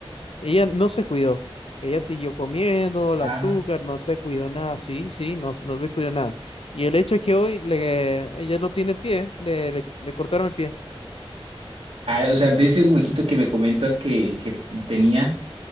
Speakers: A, on the left; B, on the right.
A: Ella no se cuidó. Ella siguió comiendo el
B: Ah,
A: azúcar, no se cuidó nada. Sí, sí, no, no se cuidó nada. Y el hecho es que hoy le, ella no tiene el pie, le, le, le cortaron el pie.
B: ah, o sea, de ese huequito que me comentas que, que tenía,